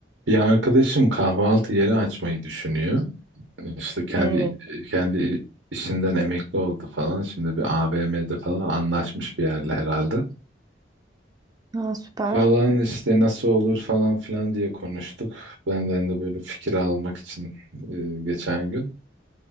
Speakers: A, on the right (about 80°); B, on the right (about 20°).
A: Bir arkadaşım kahvaltı yeri açmayı düşünüyor. İşte kendi
B: Ee,
A: kendi işinden emekli oldu falan. Şimdi bir AVM'de falan anlaşmış bir yerle herhalde.
B: ha, süper.
A: Falan işte nasıl olur falan filan diye konuştuk. Benden de böyle fikir almak için e, geçen gün.